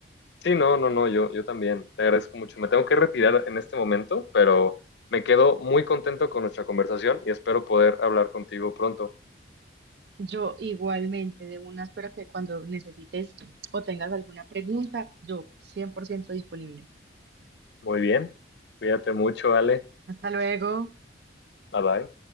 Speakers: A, on the left; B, on the right.
A: Sí, no, no, no, yo, yo también. Te agradezco mucho. Me tengo que retirar en este momento, pero me quedo muy contento con nuestra conversación y espero poder hablar contigo pronto.
B: Yo igualmente, de una, espero que cuando necesites o tengas alguna pregunta, yo 100% disponible.
A: Muy bien. Cuídate mucho, Ale.
B: Hasta luego.
A: Bye bye.